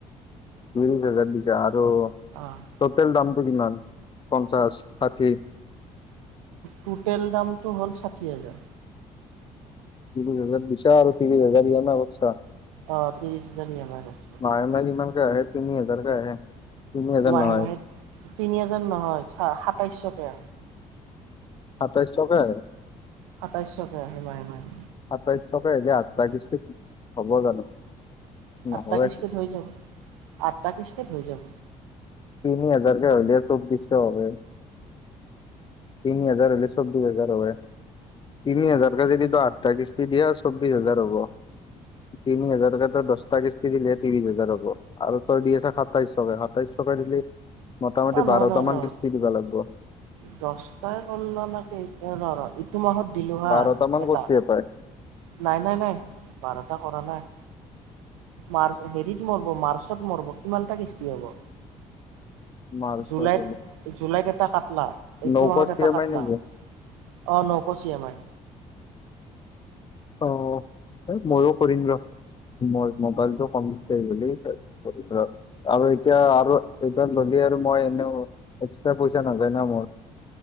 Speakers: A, on the left; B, on the right.
A: ত্ৰিছ হাজাৰ দিছা আৰু <inaudible>
B: অঁ! <unintelligible>
A: তোটেল দামটো কিমান পঞ্চাশ, ষাঠি? <unintelligible>
B: তোটেল দামটো হ'ল ষাঠি হাজাৰ। <unintelligible>
A: ত্ৰিছ হাজাৰ দিছা আৰু ত্ৰিছ হাজাৰ ইএমআই কৰিছা? <unintelligible>
B: অ! ত্ৰিছ হাজাৰ ইএমআই কৰিছোঁ। <unintelligible>
A: মাহে-মাহে কিমানকে আহে? তিনি হাজাৰকে আহে? <unintelligible> হাজাৰ
B: মাহে
A: নহয়
B: মাহে তিনি হাজাৰ নহয় চা সাতাইছশকে।
A: সাতাইছশকে।
B: সাতাইছশকে আহে মাহে মাহে।
A: সাতাইছশকে অহিলে আঠটা কিস্তিত হ'ব জানো। নহয়
B: আঠটা কিস্তিত হৈ যাব আঠটা কিস্তিত হৈ যাব।
A: তিনি হাজাৰ কে হলে চৌবিছশ হয়গে। তিনি হাজাৰ হলে চৌবিশ হাজাৰ হয় তিনি হাজাৰ কে যদি তই আঠ- টা কিস্তি দিয়া চৌবিশ হাজাৰ হ'ব। তিনি হাজাৰকে তই দহটা কিস্তি দিলেহে ত্ৰিশ হাজাৰ হ'ব। আৰু তই দি থাকা তয় সাতাইশছকে দিলি মোটামোটি
B: অ নহয়
A: বাৰটা
B: নহয় নহয়
A: মান কিস্তি দিব লাগিব।
B: দহটাই কলে নেকি এতিয়া ৰ'ৰ। টো মাহত দিলো হাঁ
A: বাৰটা মান
B: এটা
A: কৰিছে পাই
B: নাই নাই নাই বাৰটা কৰা নাই। মাৰ্চ হেৰিত মৰব মাৰ্চত মৰব কিমানটা কিষ্টি হ'ব?
A: তাৰপিছত
B: জুলাইত জুলাইত এটা কাটলা এইটো
A: নৌকচ
B: মাহত এটা
A: ই এম
B: কাটলা।
A: আই নেকি
B: অঁ নপচ ইয়েম আই।
A: অঁ এইত মইয়ো কৰিম ৰ মই মোবাইলটো- কমতে বুলি কৰিব- আৰু এতিয়া আৰু এইবাৰ ল'লে আৰু মই এনেও এক্সট্ৰা পইচা নাযায় ন মোৰ।